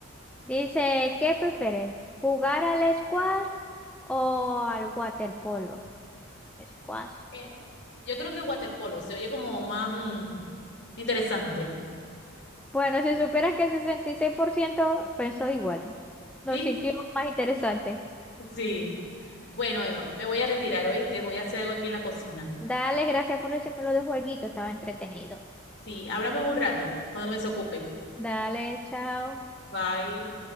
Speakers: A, in the centre; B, on the left.
A: Dice, ¿qué prefieres? ¿Jugar al squash o al waterpolo? Squash.
B: Eh, yo creo que waterpolo se oye como más mm, interesante.
A: Bueno, si supieras que el 66%, pensó igual. Lo
B: ¿Sí?
A: sintió más interesante.
B: Sí. Bueno, Emma, me voy a retirar, ¿oíste? Voy a hacer algo aquí en la cocina.
A: Dale, gracias por decirme lo de jueguito, estaba entretenido.
B: Sí, háblame en un rato, cuando me desocupe.
A: Dale, chao.
B: Bye.